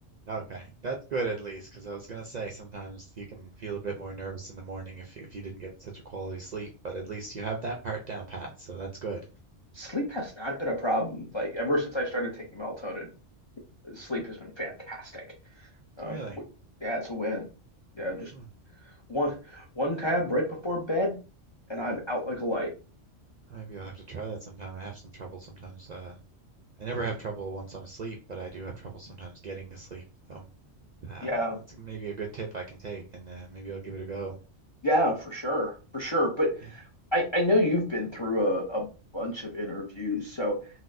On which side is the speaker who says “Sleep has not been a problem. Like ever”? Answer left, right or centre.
Left